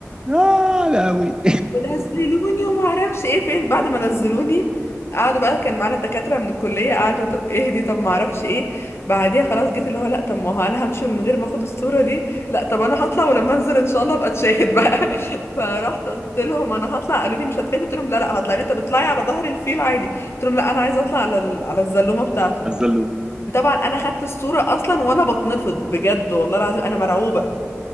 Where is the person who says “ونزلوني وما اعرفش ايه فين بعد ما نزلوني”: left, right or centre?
Left